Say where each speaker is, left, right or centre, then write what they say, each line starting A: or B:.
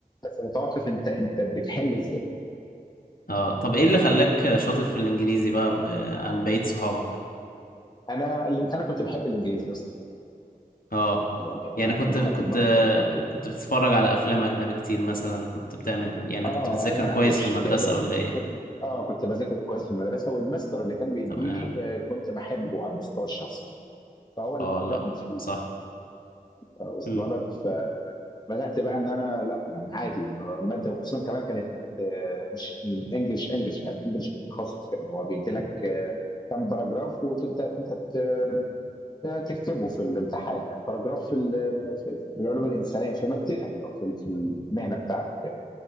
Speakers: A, on the left (about 25°); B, on the left (about 65°).
A: بس متوقّف أنت أنت بتحِل إزاي،
B: اه طب ايه اللي خلاك شاطر في الانجليزي بقى آه، عن بقية صحابك
A: أنا ال أنا كنت باحب الإنجليزي أصلًا،
B: اه
A: يعني
B: يعني
A: أنا
B: كنت
A: إلى
B: كنت
A: حدٍ ما كنت باحبه
B: كنت بتتفرج على افلام اجنبي كتير مثلا كنت بتعمل يعني
A: آه،
B: كنت بتذاكر
A: يعني
B: كويس
A: مش
B: في المدرسة
A: كده،
B: ولا ايه
A: كنت آه، كنت باذاكر كويس في المدرسة والMaster اللي كان بيدّيني
B: تمام
A: آه، كنت باحبه على المستوى الشخصي، فهو اللي
B: اه
A: حبّبني
B: لا
A: فيه،
B: صح
A: واصلة
B: امم
A: لك ف بدات بقى ان انا لا يعني عادي ماده وخصوصا كمان كانت آه، مش انجلش انجلش كان انجلش تخصص يعني هو بيدي لك آه، كم باراجراف وتبدا انت ت- آه، تكتبه في الامتحان يعني باراجراف في ال- في في العلوم الانسانيه في مادتك او في في المهنه بتاعتك يعني